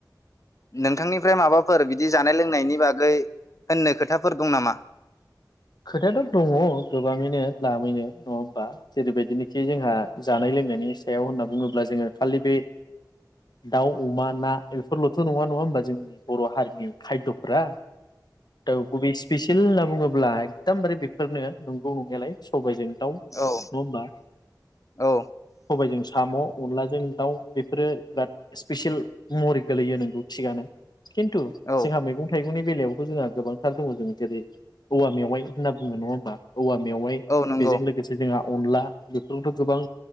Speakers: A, on the left; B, on the left.
A: नोंथांनिफ्राय माबाफोर बिदि जानाय लोंनायनि बागै होननो खोथाफोर दं नामा?
B: खोथायाथ दङ गोबाङैनो लालामैनो नङा होमबा जेरैबायदिनोखि जोंहा जानाय लोंनाय नायनिनाय सायाव होनना बुङोब्ला जोङो खालि बे दाउ अमा ना बेफोरलथ नङा नङा होमबा जोंनि बर हारिनि खायदफोरा औ गुबै स्पिसियेल होनना बुङो ब्ला एकदमबारे बेफोरनो नंगौ नंनायालाय सबायजों दाउ नङा
A: औ
B: होमब्ला
A: औ
B: सबायजों साम अनलाजों दावउ बेफोरो बिराद स्पेसियेल महरि गोलैयो नोंगौ थिगानो। खिन्थु
A: औ
B: जोंहा मैगं थाइगंनि। बेलायावथ' जोंहा गोबांथार दङ जोङो जेरै-औवा मेवाइ। होनना बुङो नङा होमबा। औवा मेवाइ
A: औ नंगौ
B: बेजों लोगोसे जोंहा। अनला बेफोरथ' गोबां